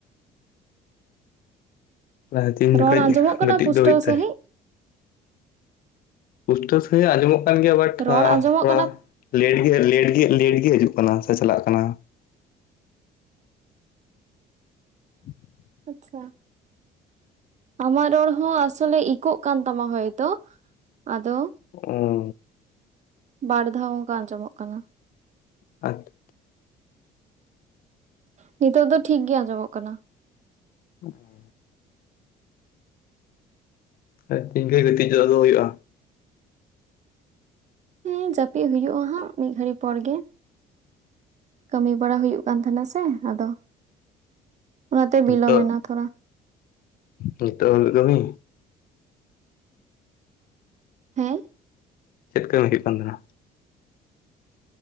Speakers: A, on the left; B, on the right.
A: ᱚᱱᱟ ᱦᱚ ᱛᱤᱱ ᱡᱚᱠᱷᱮᱡ,
B: ᱨᱚᱲ ᱟᱸᱡᱚᱢᱚᱜ ᱠᱟᱱᱟ
A: ᱜᱟᱛᱮᱜ
B: ᱯᱩᱥᱴᱟᱹᱣ
A: ᱫᱚ ᱦᱩᱭᱩᱜ
B: ᱥᱟᱺᱦᱤᱡ
A: ᱛᱟᱭᱮᱱᱼᱼ ᱯᱩᱥᱴᱟᱹᱣ ᱥᱟᱺᱦᱤᱡ ᱟᱸᱡᱚᱢᱚᱜ ᱠᱟᱱ ᱜᱮᱭᱟ ᱵᱟᱴ
B: ᱨᱚᱲ ᱟᱸᱡᱚᱢᱚᱜ
A: ᱛᱷᱚᱲᱟᱼᱼ
B: ᱠᱟᱱᱟ
A: ᱞᱮᱴ ᱜᱮ ᱞᱮᱴ ᱜᱮ ᱞᱮᱴ ᱜᱮ ᱦᱤᱡᱩᱜ ᱠᱟᱱᱟ ᱥᱮ ᱪᱟᱞᱟᱜ ᱠᱟᱱᱟ᱾ <inaudible>
B: ᱟᱪᱪᱷᱟ ᱟᱢᱟᱜ ᱨᱚᱲ ᱦᱚᱸ ᱟᱥᱚᱞᱮ ᱤᱠᱟᱹᱜ ᱠᱟᱱ ᱛᱟᱢᱟ ᱦᱚᱭᱛᱚ, ᱟᱫᱚᱼᱼ
A: ᱚ <unintelligible>
B: ᱵᱟᱨ ᱫᱷᱟᱣ ᱚᱱᱠᱟ ᱟᱸᱡᱚᱢᱚᱜ ᱠᱟᱱᱟ᱾
A: ᱟᱴ
B: ᱱᱤᱛᱚᱜ ᱫᱚ ᱴᱷᱤᱠᱜᱤ ᱟᱸᱡᱚᱢᱚᱜ ᱠᱟᱱᱟ᱾
A: ᱦᱮᱸ <unintelligible> ᱟᱨ ᱤᱧ ᱠᱷᱚᱱ <unintelligible> ᱜᱟᱛᱮ ᱪᱚᱜ ᱫᱚ ᱦᱩᱭᱩᱜᱭᱼᱟ
B: ᱦᱮᱸ ᱡᱟᱯᱤᱫ ᱦᱩᱭᱩᱜᱼᱟ ᱦᱟᱸᱜ ᱢᱤᱫ ᱜᱷᱟᱹᱲᱤᱡ ᱯᱚᱨ ᱜᱮ᱾ ᱠᱟᱹᱢᱤ ᱵᱟᱲᱟ ᱦᱩᱭᱩᱜ ᱠᱟᱱ ᱛᱟᱦᱮᱱᱟ ᱥᱮ ᱟᱫᱚ, ᱚᱱᱟᱛᱮ
A: ᱱᱤᱛᱚᱜ
B: ᱵᱤᱞᱚᱢ ᱮᱱᱟ ᱛᱷᱚᱲᱟ᱾
A: ᱱᱤᱛᱚᱜ ᱫᱷᱟᱹᱵᱤᱡ ᱠᱟᱹᱢᱤ?
B: ᱦᱮᱸ
A: ᱪᱮᱫ ᱠᱟᱹᱢᱤ ᱦᱩᱭᱩᱜ ᱠᱟᱱ ᱛᱟᱦᱮᱱᱟ᱾